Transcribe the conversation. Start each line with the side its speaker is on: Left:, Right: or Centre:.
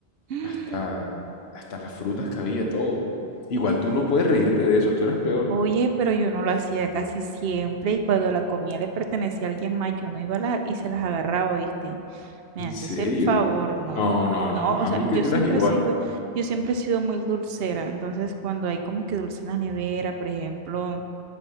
Right: <gasps>
Left: hasta, hasta las frutas que había, todo. Igual tú no puedes reírte de eso, tú eras peor.
Right: Oye, pero yo no lo hacía casi siempre y cuando la comida le pertenecía a alguien más, yo no iba a la, y se las agarraba, ¿viste? Me
Left: ¿En
Right: haces
Left: serio?
Right: el favor, no,
Left: No, no,
Right: no,
Left: no, no.
Right: o
Left: A
Right: sea,
Left: mí
Right: yo
Left: que tú
Right: siempre
Left: eras igual.
Right: he sido, yo siempre he sido muy dulcera, entonces cuando hay como que dulce en la nevera, por ejemplo,